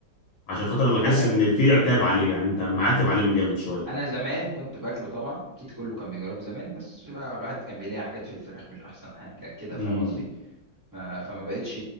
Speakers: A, on the left; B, on the right.
A: عشان خاطر انا لاحظت
B: انا
A: ان في عتاب عليه يعني انت معاتب عليهم جامد شوية
B: انا زمان كنت باكله طبعا اكيد كله كان بيجربه زمان بس بقى الواحد كان بيلاقي حاجات في الفراخ مش احسن حاجه كده
A: امم
B: فاهم قصدي ما- فما بقتش